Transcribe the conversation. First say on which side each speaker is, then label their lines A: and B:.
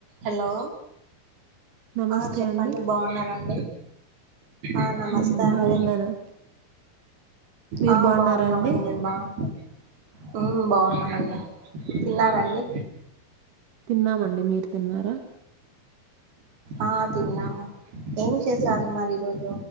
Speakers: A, on the right; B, on the right.
A: హలో
B: నమస్తే
A: ఆ చెప్పండి
B: అండి
A: బావున్నరాండి? ఆ నమస్తే
B: ఉమ్, బాగున్నాను
A: అండి
B: మీరు
A: ఆ
B: బాగున్నారా
A: బావున్నామండి
B: అండి
A: మీరు బావుంట మ్ బావున్నామండి. తిన్నారండి?
B: తిన్నామండి మీరు తిన్నారా?
A: ఆ తిన్నాము ఏం చేసను మరి ఈరోజు